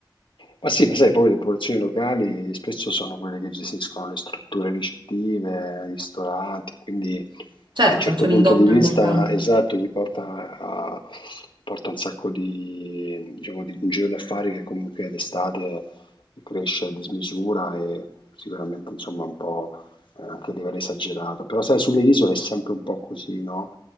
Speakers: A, on the left; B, on the right.
A: Ma sì, ma sai, poi le popolazioni locali spesso sono quelle che gestiscono le strutture ricettive, i ristoranti, quindi
B: Certo,
A: da un certo
B: c'è un
A: punto
B: indotto
A: di vista,
B: importante.
A: esatto, gli porta, a- gli porta un sacco di, diciamo, di un giro d'affari che comunque d'estate cresce a dismisura e sicuramente, insomma, un po' eh, anche a livello esagerato. Però sai, sulle isole è sempre un po' così, no?